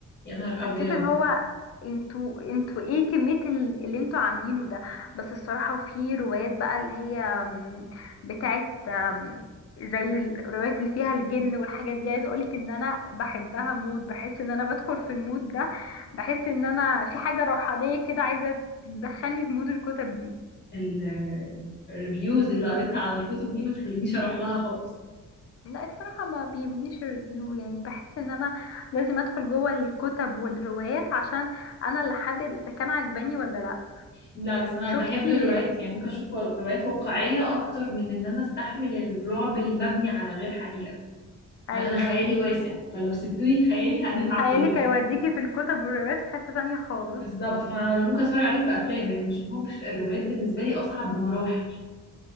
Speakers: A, on the left; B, on the left.
A: يا نهار
B: حسيت
A: ابيض
B: اللي هو انتوا انتوا ايه كمية ال- اللي انتوا عاملينه ده بس الصراحة وفي روايات بقى اللي هي أم، بتاعت أم، زي الروايات اللي فيها الجن والحاجات دي عايزة اقولك ان انا بحبها مود بحس ان انا بدخل في المود ده بحس ان انا في حاجة روحانية كده عايزة تدخلني في مود الكتب دي
A: ال- الريفيوز اللي قريتها على الكتب دي ما تخلينيش اروح لها خالص
B: لا الصراحة ما بيمنيش الريفيو يعني بحس ان انا لازم ادخل جوه الكتب والروايات عشان انا اللي احدد اذا كان عجباني ولا لا
A: لا بس انا
B: شفتي
A: بحب الروايات يعني ممكن اشوف روايات واقعية اكتر من ان انا استحمل الرعب المبني على غير حقيقة
B: ايوه
A: انا خيالي واسع فلو سبتولي خيالي هنتعب
B: خيالك
A: كلنا
B: هيوديكي في الكتب والروايات في حتة تانية خالص
A: بالظبط فانا ممكن اتفرج عليهم في افلام لكن ما اشوفهمش في الروايات بالنسبه لي اصعب بمراحل